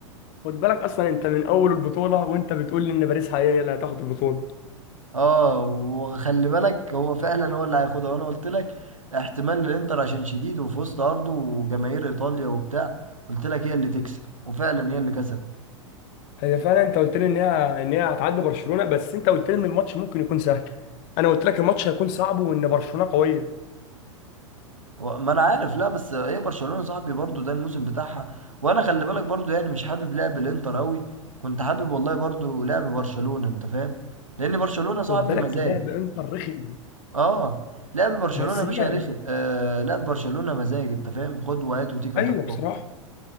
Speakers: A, on the left; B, on the right.
A: خد بالك اصلا انت من اول البطوله وانت بتقول لي ان باريس هي اللي هتاخد البطوله
B: اه وخلي بالك هو فعلا هو اللي هياخدها وانا قلت لك احتمال للانتر عشان شديد وفي وسط ارضه وجماهير ايطاليا وبتاع قلت لك هي اللي تكسب وفعلا هي اللي كسبت
A: هي فعلا انت قلت لي ان هي ان هي هتعدي برشلونه بس انت قلت لي ان الماتش ممكن يكون سهل انا قلت لك الماتش هيكون صعب وان برشلونه قويه
B: و- ما انا عارف لا بس هي برشلونة صاحبي برضو ده الموسم بتاعها وانا خلي بالك برضو يعني مش حابب لعب الانتر قوي كنت حابب والله برضو لعب برشلونة انت فاهم لان برشلونة صاحبي
A: خد بالك
B: مزاج
A: لعب انتر رخم
B: اه لعب برشلونة
A: بس
B: يا باشا
A: هي
B: رخي آه لعب برشلونة مزاج انت فاهم خد وهات وتيكا
A: ايوه
B: تاكا
A: بصراحه